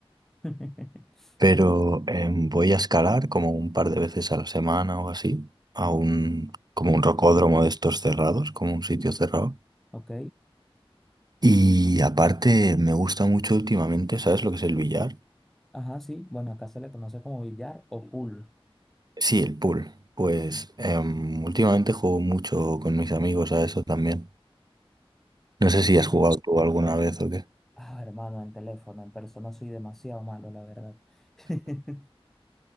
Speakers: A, in the centre; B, on the right (about 45°).
A: <laughs>
B: pero em, voy a escalar como un par de veces a la semana o así, a un, como un rocódromo de estos cerrados, como un sitio cerrado.
A: ¿Ok?
B: Y aparte me gusta mucho últimamente, ¿sabes lo que es el billar?
A: Ajá, sí. Bueno, acá se le conoce como billar o pool.
B: Sí, el pool. Pues em, últimamente juego mucho con mis amigos a eso también.
A: Oh,
B: No
A: súper.
B: sé si has jugado tú alguna vez o qué.
A: Ah, hermano, en teléfono, en persona soy demasiado malo, la verdad. <laughs>